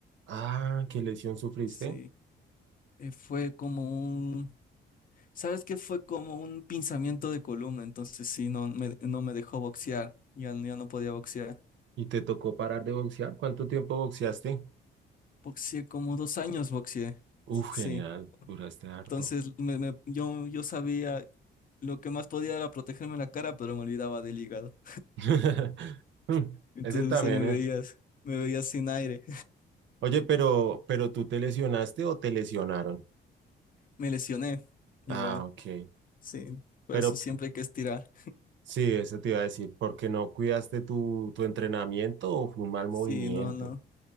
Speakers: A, on the right (about 70°); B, on the left (about 45°).
A: Ah, ¿qué lesión sufriste?
B: Sí. Eh, fue como un, ¿sabes qué? Fue como un pinzamiento de columna. Entonces sí, no me, no me dejó boxear. Ya, ya no podía boxear.
A: ¿Y te tocó parar de boxear? ¿Cuánto tiempo boxeaste?
B: Boxeé como dos años, boxeé. Sí.
A: Uf, genial, duraste harto.
B: Entonces me- me- yo, yo sabía, lo que más podía era protegerme la cara, pero me olvidaba del hígado.
A: <laughs> Mm,
B: Entonces
A: Ese también
B: ahí me
A: es.
B: veías, me veías sin aire.
A: Oye, pero, pero ¿tú te lesionaste o te lesionaron?
B: <laughs> Me lesioné igual.
A: Ah, ok.
B: Sí. Por
A: Pero
B: eso siempre
A: p-
B: hay que estirar.
A: sí, eso te iba a decir, porque no cuidaste tu, tu entrenamiento o fue un mal movimiento.
B: Sí, no, no.